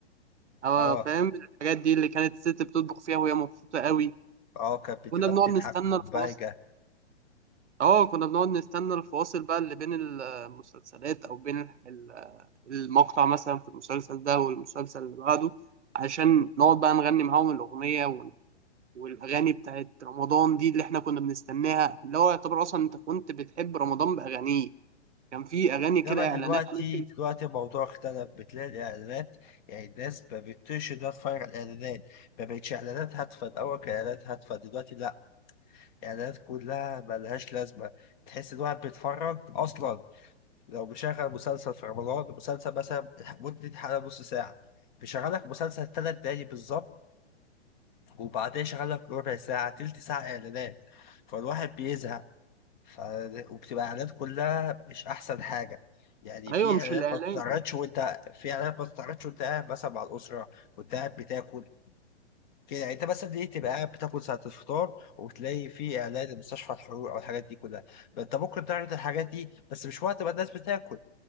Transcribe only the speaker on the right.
أو
فاهم الحاجات دي اللي كانت الست بتطبخ فيها وهي مبسوطة قوي
كنا بنقعد
نستنى
الفاصل أه كنا بنقعد نستنى الفواصل بقى اللي بين المسلسلات أو بين ال- المقطع مثلا في المسلسل ده والمسلسل اللي بعده عشان نقعد بقى نغني معاهم الأغنية والاغاني بتاعت رمضان دي اللي احنا كنا بنستناها اللي هو يعتبر اصلا انت كنت بتحب رمضان باغانيه كان في اغاني
كده
اعلانات ممكن
ايوه
مش
الاعلان